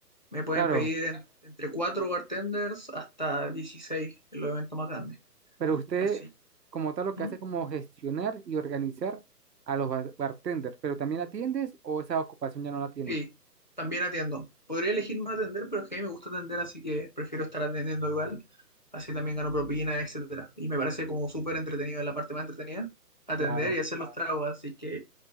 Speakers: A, on the left; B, on the right.
A: Me pueden
B: Claro,
A: pedir en- entre 4 bartenders hasta 16 en los eventos más grandes.
B: pero usted
A: Así.
B: como tal lo que
A: ¿Mm?
B: hace es como gestionar y organizar a los bar- bartenders, pero también atiendes o esa ocupación ya no la tienes.
A: Sí, también atiendo. Podría elegir no atender, pero es que a mí me gusta atender, así que prefiero estar atendiendo igual. Así también gano propina, etcétera. Y me parece como súper entretenido, la parte más entretenida, atender
B: Claro.
A: y hacer los tragos, así que